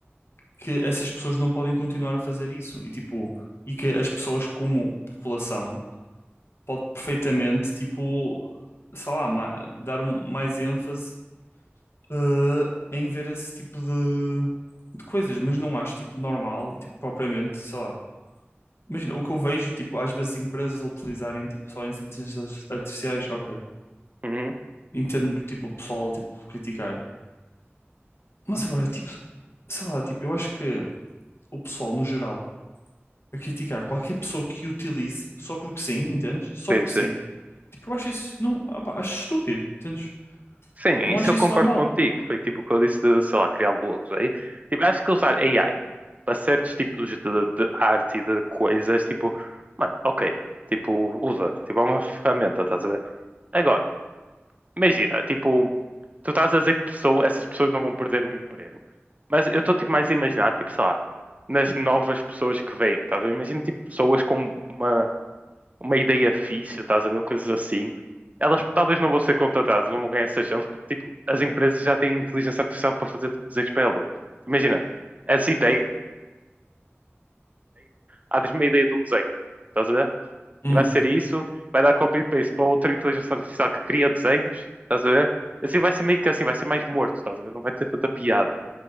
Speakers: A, on the left; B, on the right.
A: que essas pessoas não podem continuar a fazer isso e tipo e que as pessoas como população pode perfeitamente tipo sei lá ma- dar um- mais ênfase eh, em ver esse tipo de, de coisas, mas não acho tipo normal tipo propriamente sei lá. Imagina, o que eu vejo, tipo, às vezes empresas a utilizarem, tipo, só as inteligências artificiais, ok,
B: Uhum.
A: entendo, tipo, o pessoal, tipo, criticar. Mas agora, tipo, sei lá, tipo, eu acho que o pessoal, no geral, a criticar qualquer pessoa que utilize só porque sim, entendes? Só
B: Sim,
A: porque
B: sim.
A: sim. Tipo, eu acho isso, não, opá, acho estúpido, entendes?
B: Sim,
A: Não
B: isso
A: acho
B: eu
A: isso
B: concordo
A: normal.
B: contigo. Foi tipo o que eu disse de, sei lá, criar blocos aí. Tipo, acho que usar AI para certos tipos de, de arte e de coisas, tipo, mano, ok, tipo, usa, tipo, é uma ferramenta, estás a ver? Agora, imagina, tipo, tu estás a dizer que pessoa, essas pessoas não vão perder o emprego. Mas eu estou tipo mais a imaginar, tipo, sei lá, nas novas pessoas que vêm, estás a ver? Imagina tipo pessoas com uma uma ideia fixe, estás a ver? Coisas assim. Elas talvez não vão ser contratadas, não vão ganhar essa chance, porque tipo, as empresas já têm inteligência artificial para fazer tipo, desenhos para elas. Imagina, essa ideia, há uma ideia de um desenho, estás a ver?
A: Hum,
B: E vai ser isso, vai dar copy e paste para outra inteligência artificial que cria desenhos, estás a ver? Assim vai ser meio que assim, vai ser mais morto, estás a ver? Não vai ter tanta piada.